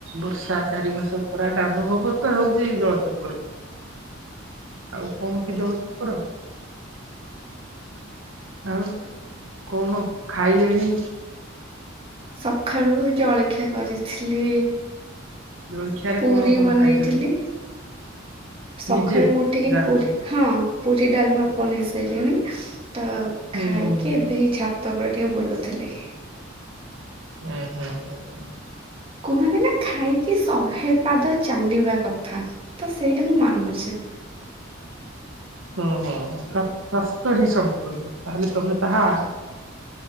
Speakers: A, on the right (about 80°); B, on the right (about 30°).
A: ବର୍ଷା ଚାରି ମାସ ଖରା ଡାାନ ହବ ତ ହଉଛି ଏଇ ଜଳଚକ୍ର। ଆଉ କଣ କି ଜଳଚକ୍ରର ଆଉ କଣ ଖାଇଲେଣି?
B: ସକାଳୁ ଜଳଖିଆ କରିଥିଲି
A: ଜଳଖିଆରେ
B: ପୁରୀ
A: କଣ କଣ
B: ବନେଇଥିଲି
A: ଖାଇଛନ୍ତି
B: ସକାଳେ
A: ନିଜେ?
B: ମୁଁଠିକି
A: ଯା
B: ପୁରୀ
A: ହଉ
B: ହଁ ପୁରୀ ଡାଲମା ବନେଇସ ହେଇଲିଣିି ତ
A: ହୁଁ
B: ଖାଇ
A: ହୁଁ ହୁଁ
B: କେ ଭେ ଛା ତ ଉପରେ ଟିକେ ବୁଲୁଥିଲି।
A: ହୁଁ ହୁଁ ହୁଁ ହୁଁ?
B: କୁହନ୍ତି ନା ଖାଇକି ଶହେ ପାଦ ଚାଲିବା କଥା ତ ସେଇଟା ମୁଁ ମାନୁଛି।
A: ହୁଁ ହଁ ସ୍ଵାସ୍ଥ୍ୟ ହିଁ ସମ୍ପୂର୍ଣ୍ଣ ତାହେଲେ ତମେ ତାହା